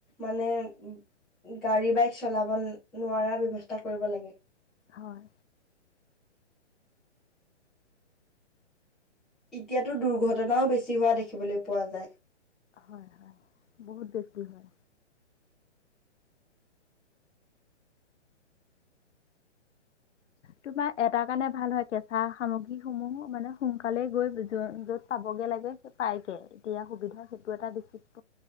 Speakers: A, in the centre; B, on the left.
A: মানে - গাড়ী বাইক চলাব নোৱাৰা ব্যৱস্থা কৰিব লাগে।
B: হয়।
A: এতিয়াতো দুৰ্ঘটনাও বেছি হোৱা দেখিবলৈ পোৱা যায়।
B: হয় - হয় বহুত দেছি হয়।
A: <inaudible>
B: তোমাৰ এটাৰ কাৰণে ভাল হয় কেঁচা সামগ্ৰীসমূহো মানে সোনকালে গৈ বিজয় য'ত পাব পাবগে লাগে সেই পাইগে, এতিয়া সুবিধা সেইটো এটা বেছিক -